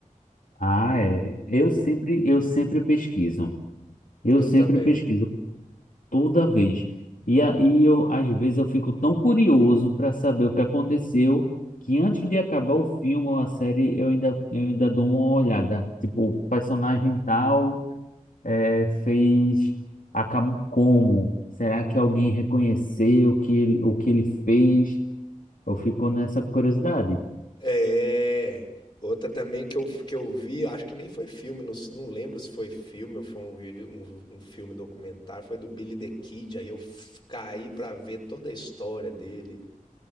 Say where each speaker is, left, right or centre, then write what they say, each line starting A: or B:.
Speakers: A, on the left (about 75°); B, on the left (about 35°).
A: Ah, é. Eu sempre, eu sempre pesquiso. Eu
B: Eu
A: sempre
B: também.
A: pesquiso. toda vez. E aí eu às vezes eu fico tão curioso para saber o que aconteceu que antes de acabar o filme ou a série eu ainda eu ainda dou uma olhada, tipo, o personagem tal eh, fez acabou como? Será que alguém reconheceu o que ele, o que ele fez? Eu fico nessa curiosidade.
B: É, outra também que eu, que eu vi, acho que nem foi filme, não, se- não lembro se foi filme ou foi um vídeo, um, um filme documentário, foi do Billy the Kid, aí eu f- caí pra ver toda a história dele,